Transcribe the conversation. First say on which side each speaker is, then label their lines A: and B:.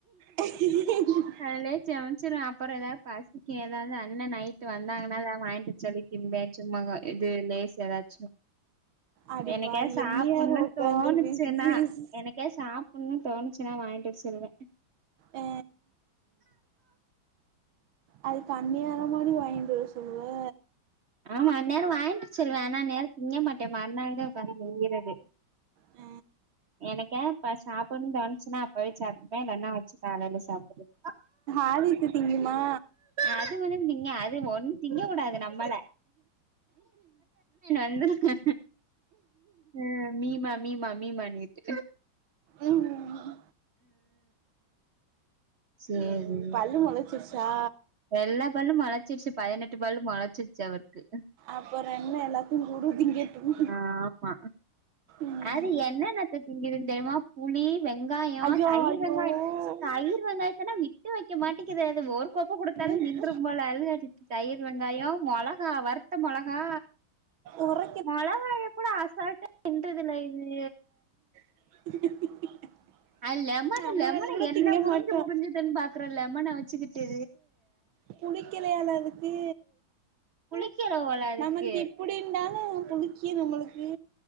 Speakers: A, on the right; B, on the right.
A: <unintelligible>
B: அதுலே சமச்சிருவ அப்பறோ எதாவ் பசிக்கு எதாது அண்ண நைட் வந்தாங்கன்னா எதாவ் வாயின்ட் வர சொல்லி <unintelligible> சும்மாகா இது லேஸ் எதாச்சு
A: அடிப்பாவி
B: என்னைக்காது சாப்புன்னு
A: எந்நேரோ உக்காந்து
B: தோணுச்சுன்னா
A: பிஸ்
B: எனக்கு <unintelligible> சாப்புன் னு தோணுச்சுன்னா வாயின்ட்டு வர சொல்லுவ
A: ஆ அது பண்ணியாரோ மாரி வாயின்ட்டு வர சொல்லு
B: ஆமா அந்நேரோ வாங்கிட்டு சொல்லுவே ஆனா நேர திங்க மாட்டே மறுநாள்தா உக்காந்து திங்கிரது
A: அ
B: என்னைக்காது ப சாப்பன்னுனு தோணுச்சுன்னா அப்பவே சாப்டுகிட்டா இல்லேனா வச்சு காலேல சாப்பற்றது
A: ஆடிட்டு திங்கிமா
B: அது ஒண்ணு திங்கு அது ஒண்ணு திங்ககூடாது நம்மள வந்துருக அ மீ மா மீ மா மீ மான்னுகிட்டு
A: ம்
B: சேரி
A: ம் பல்லு மொளச்சிருச்சா
B: எல்லா பல்லு மொச்சிருச்சு பதினெட்டு பல்லூ மொளச்சிருச்சு அவருக்கு
A: அப்பறோ என்ன எல்லாத்தையு குடு திங்கட்டு
B: ஆமா
A: ம்
B: அது என்னன்னத்த திங்குதுன் தெரிமா புளி வெங்காயோ
A: ஐயோ
B: தயிர்
A: ஐயோ
B: வெங்காயோ தயிர் வெங்காயத்தனா விட்டு வைக்க மாட்டிக்குது அது ஒரு கோப்ப கூட
A: ம்
B: தாலு நின்றும் போல அதுகாட்டி தயிர் வெங்காயோ மொளகா வறுத்த மொளகா
A: ஒற
B: மொளகாய கூட அசால்டா தின்றதுல இது
A: <unintelligible>
B: அது லெமனு
A: நம்ம
B: லெமன
A: கூட
B: ஏன்ன
A: திங்க
B: உறுஞ்சு
A: மாட்டோ
B: உறுஞ்சுதுன்னு பாக்குற லெமன வச்சுக்கிட்டு
A: புளிக்களயால அதுக்கு
B: புளிக்கல போல அதுக்கு
A: நம்மளுக்கு இப்டின்டாலு புளிக்கி நம்மளுக்கு